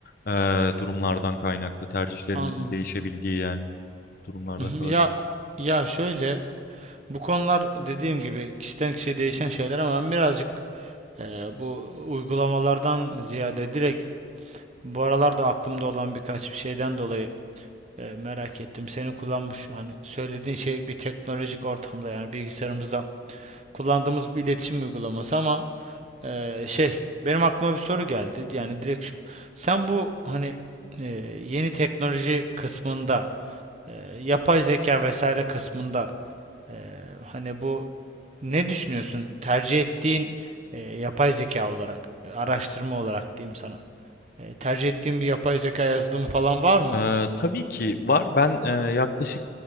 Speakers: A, on the left; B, on the right.
A: e, durumlardan kaynaklı tercihlerimizin
B: Anladım.
A: değişebildiği yani durumlarda
B: Hı hı,
A: kalabiliyor.
B: Ya ya şöyle bu konular dediğim gibi kişiden kişiye değişen şeyler ama ben birazcık e, bu uygulamalardan ziyade direkt bu aralarda aklımda olan birkaç bir şeyden dolayı e, merak ettim. Senin kullanmış hani söylediğin şey bir teknolojik ortamda yani bilgisayarımızda kullandığımız bir iletişim uygulaması ama e, şey benim aklıma bir soru geldi. Yani direkt şu. Sen bu hani e, yeni teknoloji kısmında e, yapay zeka vesaire kısmında Ee, hani bu ne düşünüyorsun? Tercih ettiğin e, yapay zeka olarak, e, araştırma olarak diyeyim sana. E, tercih ettiğin bir yapay zeka yazılımı falan var mı?
A: Ee, tabii ki var. Ben e, yaklaşık